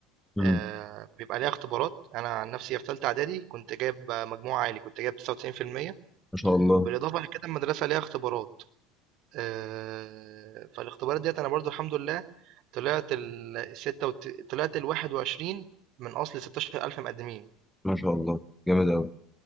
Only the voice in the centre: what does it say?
امم
ما شاء الله
ما شاء الله جامد قوي